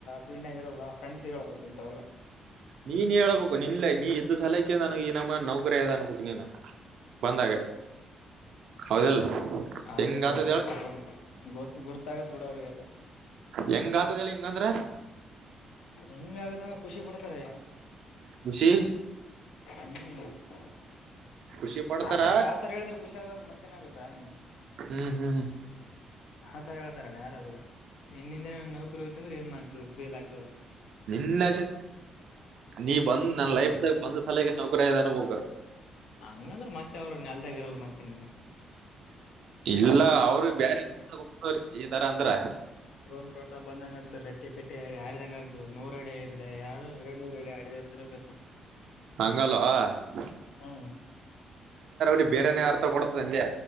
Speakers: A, on the left (about 75°); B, on the right (about 65°).
A: ಫೀಲ್ಡ್ನೆಗ್ ಇರಲ ಫ್ರೆಂಡ್ಸ್ ಗೆ ಹೇಳ್ಬೇಕ್ ಇಂಥವೆಲ್ಲ
B: ನೀನ್ ಹೇಳ್ಬೇಕು ನಿನ್ ನೀ ಇದ್ದ ಸಲಕ್ಕೆ ನನಗೆ ಇನಮ್ಮ ನೌಕರಿ ಅದ ಅನ್ಬೇಕು ನೀನು ಬಂದಾಗ ಹೌದಲ್
A: ಅಲ್ರಿ
B: ಹೆಂಗ ಆತದ
A: ಗೊತ್ತಿರ್ತೋ
B: ಹೇಳ
A: ಗೊ ಗೊರ್ತ್ತ ಆಗತ್ ಬಿಡ ಅವ್ರಿಗೆಲ್ಲ
B: ಹೆಂಗ ಆತದ ಹೇಳಿ ಹಿಂಗಂದ್ರ
A: ಹೆಂಗ ಆಗತ್ತಂದ್ರ ಖುಷಿ ಪಡ್ತಾರೆ
B: ಖುಷಿ
A: ಹ್ಮ
B: ಖುಷಿ ಪಡ್ತಾರ
A: ಆತರ ಆತರ ಹೇಳಿದ್ರೆ ಖುಷಿ ಆಗ್ದಾರ ಮತ್ತ್ಯಾನ ಆಗುತ್ ನಿನ್
B: ಹ್ಮ್ ಹ್ಮ್
A: ಹತರ ಹೇಳ್ತಾರ ಯಾರಾದ್ರರು ನಿನ್ನಿಂದೇ ನೌಕರು ಹೋಯಿತ್ ಅಂದ್ರೆ ಏನ್ ಮಾಡ್ತ್ ಬೇಲ್ ಆ್ತದೆ
B: ನಿನ್ನ ನೀ ಬಂದ್ ನನ್ ಲೈಫಾಗ ಬಂದ್ ಸಲಿಗೆ ನೌಕರಿಯನ್ ಹೂಗ್
A: ಹಂಗಂದ್ರ ಮತ್ತೆ ಅವರು ನೆಲ್ದಾಗಿ ಇರಲ್ ಮತ್ತೆ ನೀವು
B: ಇಲ್ಲ ಅವ್ರ ಬೇರೆ ಈ ತರ ಅಂದ್ರ
A: ಡ್ರೋನ್ ಪ್ರಾತಾಪ್ ಬಂದಂಗ ಆಗ್ತದೆ ರೆಕ್ಕ ಪಟ್ಟೆ ಯಾರಿದಂಗ ಆಗ್ತದೆ ನೂರ ಅಡೆ ಇ ಅ ಎರು ಎರಡು ನೂರ ಎಐ ಅಂತರದ್ದೆ
B: ಹಂಗಲ್ಲ ಹಂಗ
A: ಹ್ಮ್
B: <unintelligible> ಬೇರೆನೆ ಅರ್ಥ ಕೊಡ್ತದೆ ಹಂಗೆ